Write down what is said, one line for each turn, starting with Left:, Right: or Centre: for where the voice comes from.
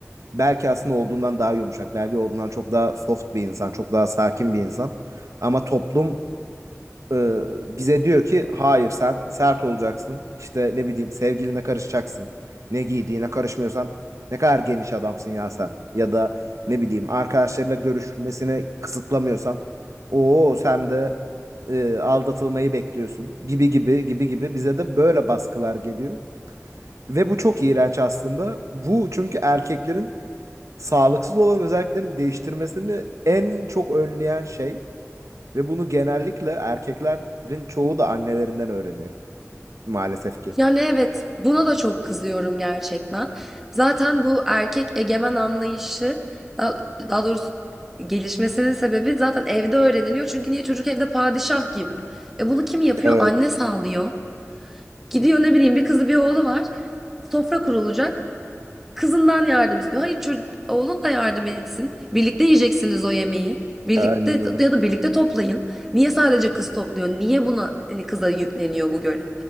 Right: Belki aslında olduğundan daha yumuşak. Belki olduğundan çok daha soft bir insan. Çok daha sakin bir insan. Ama toplum e, bize diyor ki hayır sen sert olacaksın. İşte ne bileyim sevgiline karışacaksın. Ne giydiğine karışmıyorsan ne kadar geniş adamsın ya sen. Ya da ne bileyim arkadaşlarıyla görüşmesini kısıtlamıyorsan o sen de e, aldatılmayı bekliyorsun gibi gibi gibi gibi bize de böyle baskılar geliyor. Ve bu çok iğrenç aslında. Bu çünkü erkeklerin sağlıksız olan özelliklerini değiştirmesini en çok önleyen şey ve bunu genellikle erkeklerin çoğu da annelerinden öğreniyor maalesef ki.
Centre: Yani evet buna da çok kızıyorum gerçekten. Zaten bu erkek egemen anlayışı daha, daha doğrusu gelişmesinin sebebi zaten evde öğreniliyor. Çünkü niye çocuk evde padişah gibi. E bunu kim yapıyor?
Right: Evet,
Centre: Anne sağlıyor. Gidiyor ne bileyim bir kızı bir oğlu var. Sofra kurulacak. Kızından yardım istiyor. Hayır çocuk, oğlun da yardım etsin. Birlikte yiyeceksiniz o yemeği. Birlikte
Right: aynen öyle.
Centre: ya da birlikte toplayın. Niye sadece kız topluyor? Niye buna hani kıza yükleniyor bu görev?